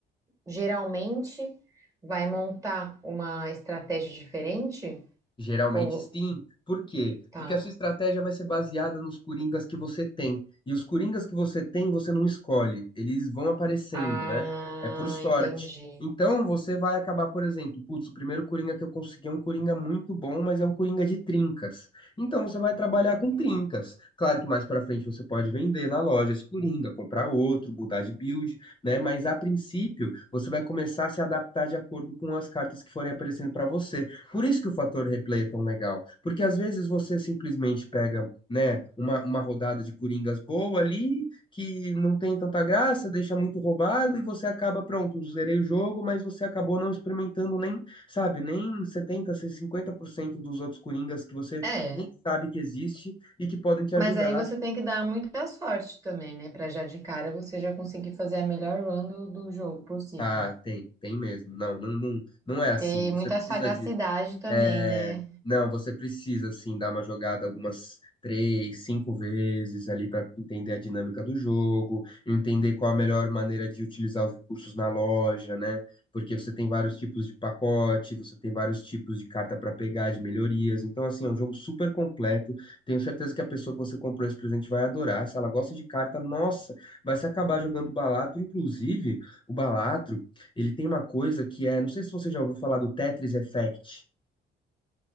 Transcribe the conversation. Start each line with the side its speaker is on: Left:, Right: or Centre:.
Right: geralmente vai montar uma estratégia diferente?
Left: Geralmente
Right: Ou
Left: sim. Por quê?
Right: tá.
Left: Porque a sua estratégia vai ser baseada nos coringas que você tem. E os coringas que você tem, você não escolhe. Eles vão aparecendo,
Right: Ah,
Left: né? É por sorte.
Right: entendi.
Left: Então você vai acabar, por exemplo, putz, o primeiro coringa que eu consegui é um coringa muito bom, mas é um coringa de trincas. Então você vai trabalhar com trincas. Claro que mais pra frente você pode vender na loja esse coringa, comprar outro, mudar de build, né? Mas a princípio, você vai começar a se adaptar de acordo com as cartas que forem aparecendo pra você. Por isso que o fator replay é tão legal, porque às vezes você simplesmente pega, né, uma, uma rodada de coringas boa ali, que não tem tanta graça, deixa muito roubado e você acaba, pronto, zerei o jogo, mas você acabou não experimentando nem, sabe, nem setenta, cinquenta por cento dos outros coringas que você
Right: É.
Left: nem sabe que existe e que podem te ajudar.
Right: Mas aí você tem que dar muita sorte também, né? Pra já de cara você já conseguir fazer a melhor run do, do jogo possível.
Left: Ah, tem, tem mesmo. Não, não, não, não é
Right: E
Left: assim.
Right: ter
Left: Você
Right: muita
Left: precisa
Right: sagacidade
Left: de
Right: também,
Left: É,
Right: né?
Left: não, você precisa, assim, dar uma jogada algumas três, cinco vezes ali para entender a dinâmica do jogo, entender qual a melhor maneira de utilizar os recursos na loja, né? Porque você tem vários tipos de pacote, você tem vários tipos de carta para pegar, de melhorias. Então, assim, é um jogo super completo. Tenho certeza que a pessoa que você comprou esse presente vai adorar. Se ela gosta de carta, nossa, vai se acabar jogando Balatro. Inclusive, o Balatro, ele tem uma coisa que é, não sei se você já ouviu falar do Tetris Effect.